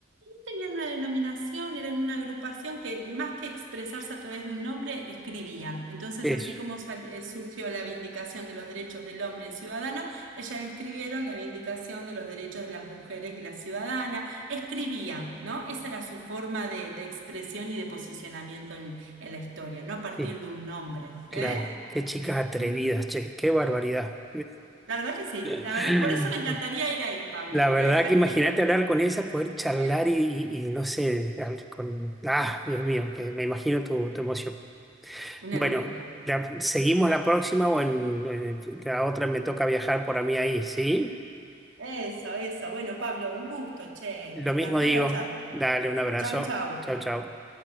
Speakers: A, on the right; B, in the centre.
A: Tenían una denominación, eran una agrupación que más que expresarse a través de un nombre, escribían. Entonces,
B: Eso.
A: así como sal- eh, surgió la Vindicación de los Derechos del Hombre y el Ciudadano, ellas escribieron la Vindicación de los Derechos de las Mujeres y la Ciudadana. Escribían, ¿no? Esa era su forma de, de expresión y de posicionamiento en, en la historia, no a partir
B: Sí,
A: de un nombre. ¿Eh?
B: claro. Qué chicas atrevidas,
A: Ujú.
B: che, qué barbaridad.
A: La verdad que sí,
B: <laughs>
A: la verdad. Por eso me encantaría ir ahí, Pablo.
B: La
A: Me
B: verdad
A: la dejaste
B: que imagínate hablar con ellas, poder charlar
A: bien.
B: y, y- y no sé, hablar con... Ah, Dios mío, que me imagino tu, tu emoción.
A: Una
B: Bueno,
A: locura.
B: la- seguimos la próxima o en, en la otra me toca viajar por a mí ahí, ¿sí?
A: Eso, eso. Bueno, Pablo, un gusto, che.
B: Lo
A: Me encantó
B: mismo digo,
A: la charla.
B: dale un abrazo.
A: Chau, chau.
B: Chau, chau.